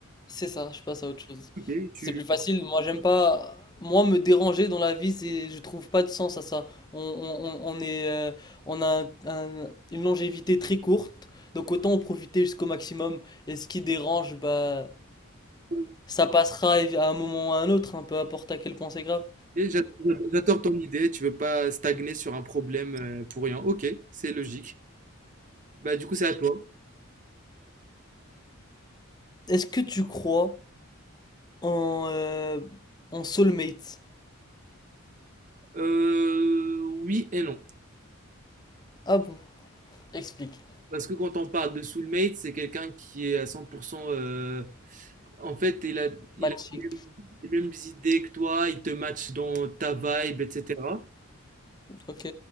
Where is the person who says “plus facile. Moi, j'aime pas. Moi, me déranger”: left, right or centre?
Left